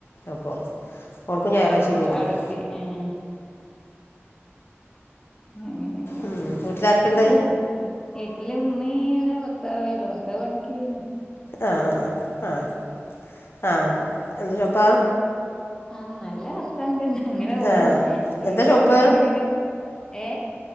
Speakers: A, on the left; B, on the left.
A: അപ്പോൾ ഓൾക്കും ഞായറാഴ്ച
B: ആ ഓ
A: ലീവുള്ളൂ
B: അടത്തി ഉം അങ്ങനെയൊക്കെ
A: ഉം, വീട്ടിലാരൊക്കെ ഉണ്ട്
B: വ വീട്ടില് ഉമ്മ ഭർത്തേവേള്ളൂ ഭർത്താവ് പണിക്കോയിണ്
A: ആഹ ആഹ ആഹ ആഹ എന് ചോപ്പ
B: ആഹ നല്ല അർഥം ത അങ്ങനെ പോണ്
A: ആ
B: ലീവ
A: എന്താ ഷോപ്പ്
B: ആവുമ്പാണ് ഇങ്ങനെ ഏ